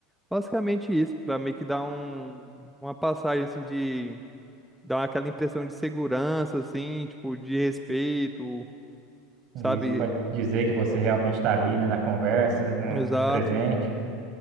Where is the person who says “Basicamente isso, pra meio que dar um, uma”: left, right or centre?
Centre